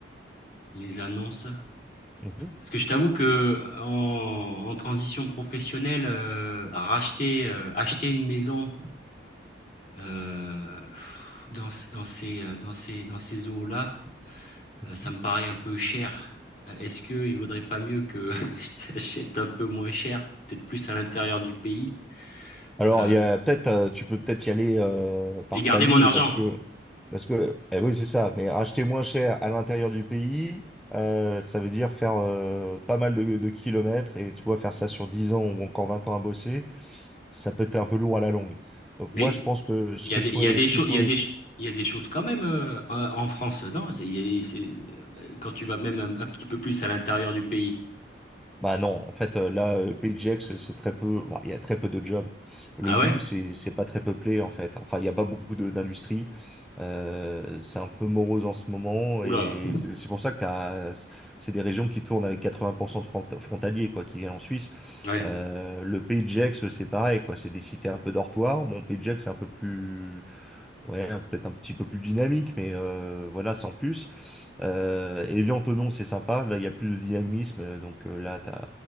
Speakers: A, on the left; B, in the centre.
A: les annonces.
B: Mhm.
A: Parce que je t'avoue que en, en transition professionnelle, euh, racheter, euh, acheter une maison euh, pff, dans, ce- dans ces, euh, dans ces, dans ces eaux-là,
B: Mhm.
A: Euh, ça me paraît un peu cher. Euh, Est-ce qu'il ne vaudrait pas mieux que <laughs> j'achète un peu moins cher, peut-être plus à l'intérieur du pays,
B: Alors,
A: euh,
B: il y a peut-être, euh, tu peux peut-être y aller euh, par
A: et garder
B: palier
A: mon argent?
B: parce que, parce que, eh oui, c'est ça. Mais acheter moins cher à l'intérieur du pays, euh, ça veut dire faire euh, pas mal de, de kilomètres et tu vois, faire ça sur 10 ans ou encore 20 ans à bosser, ça peut être un peu lourd à la longue. Donc
A: Mais
B: moi, je pense que ce
A: il y
B: que
A: a des,
B: je
A: il
B: pourrais,
A: y a des
B: ce
A: choses,
B: qui pourrait
A: il y a des,
B: être
A: ch- il y a des choses quand même euh, en en France, non? C'est- il y a des- c'est- euh, quand tu vas même un, un petit peu plus à l'intérieur du pays.
B: Bah non, en fait euh, là euh, PageX euh, c'est très peu, bah, il y a très peu de jobs. Le
A: Ah
B: Doubs
A: ouais?
B: c'est c'est pas très peuplé en fait. Enfin il y a pas beaucoup de d'industrie. Euh, c'est un peu morose en ce moment
A: Oula,
B: et c'est c'est pour ça que t'as c'est des régions qui tournent avec 80% de front- frontaliers quoi qui viennent en Suisse.
A: ouais,
B: Euh, le PageX c'est pareil quoi, c'est des cités un peu dortoirs. Bon PageX c'est un peu plus ouais, un- peut-être un petit peu plus dynamique, mais euh, voilà, sans plus. Euh, Evian, Tonon, c'est sympa. Là, il y a plus de dynamisme, donc euh, là, t'as,